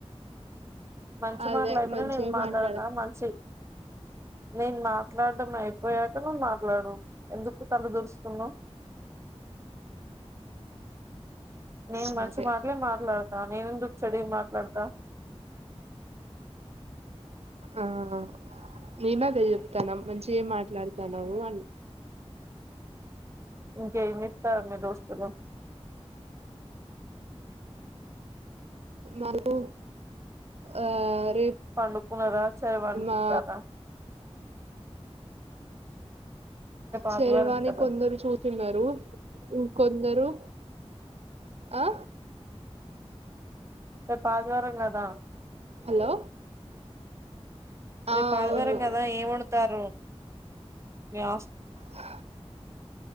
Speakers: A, on the right; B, on the right.
A: మంచి
B: అదే
A: మాట్లాయితేనే
B: మంచిగా
A: నేన్ మాట్లాడతా
B: మాట్లాడత
A: మంచి నేన్ మాట్లాడ్డం అయిపోయాక నువ్వు మాట్లాడు ఎందుకు తల దూర్స్ స్తున్నవ్ నేను
B: సరే
A: మంచి మాట్లే మాట్లాడతా నేనెందుకు చెడు ఏం మాట్ ట్లాడతా
B: మ్మ్ నేను అదె చెప్తాన మంచిగేం మాట్లాడతనవూ అని
A: ఇంకేమిత్తారు మి దోస్తులు
B: మాకు ఆ రేపు
A: పండుకున్నారా చెర్
B: మా
A: <unintelligible>
B: చెర్వాని
A: ఆదివారం కదా
B: కొందరు చూసున్నరూ ఇన్ కొందరు ఆ
A: రేపు ఆదివారం కదా
B: హలో
A: రేపు
B: ఆ
A: ఆదివారం
B: అవును
A: కదా ఏం వండుతారు మీ హాస్
B: హ